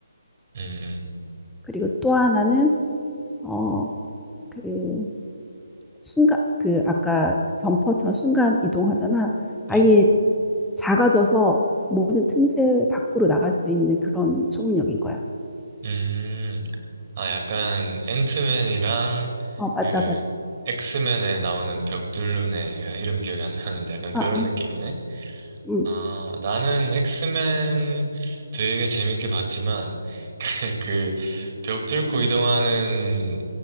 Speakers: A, on the right; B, in the centre.
A: 음, 음,
B: 그리고 또 하나는 어, 그 순간 그 아까 점퍼처럼 순간 이동하잖아. 아예
A: 음,
B: 작아져서 모든 틈새 밖으로 나갈 수 있는 그런 초능력인 거야.
A: 음. 음. 아, 약간 앤트맨이랑
B: 어, 맞아,
A: 그
B: 맞아.
A: 엑스맨에 나오는 벽돌루네. 이름 기억이 안 나는데 약간
B: 아,
A: 그런
B: 아,
A: 느낌이네.
B: 음,
A: 아, 나는 엑스맨 되게 재밌게 봤지만, <laughs> 그, 벽 뚫고 이동하는